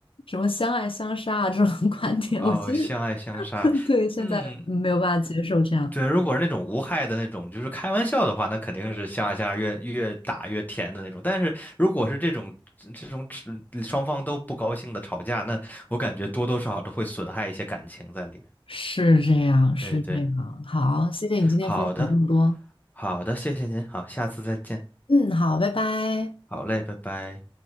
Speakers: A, on the left (about 75°); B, on the left (about 20°).
A: 什么相爱相杀啊这种 <laughs> 观点，
B: <laughs> 哦，
A: 我其实
B: 相爱相杀，
A: <laughs> 对现在没有办法接受这样。
B: 嗯，对，如果是那种无害的那种，就是开玩笑的话，那肯定是相爱相杀越越打越甜的那种。但是如果是这种这种只双方都不高兴的吵架，那我感觉多多少少都会损害一些感情在里面。
A: 是这样，是这样。
B: 对对，
A: 好，谢谢你今天分享这么多。
B: 好的好的，谢谢您，好，下次再见，
A: 嗯，好，拜拜。
B: 好嘞，拜拜。